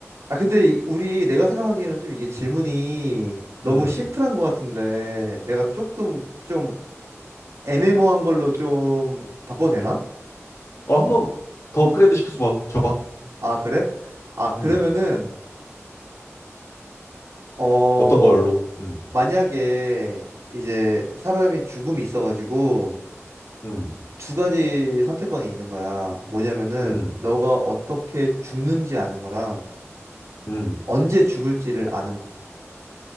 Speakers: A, on the right; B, on the left.
A: 아, 근데 이- 우리 내가 생각하기에는 좀 이게 질문이 너무
B: 음,
A: 심플한 것 같은데, 내가 조금 좀 애매모호한 걸로 좀 바꿔도 되나?
B: 어 한번 더 업그레이드 시켜줘 봐, 줘봐.
A: 아, 그래? 아, 그러면은,
B: 음,
A: 어,
B: 어떤 걸로? 음,
A: 만약에 이제 사람이 죽음이 있어가지고
B: 음,
A: 두 가지 선택권이 있는 거야. 뭐냐면은,
B: 음,
A: 너가 어떻게 죽는지 아는 거랑
B: 음.
A: 언제 죽을지를 아는 거.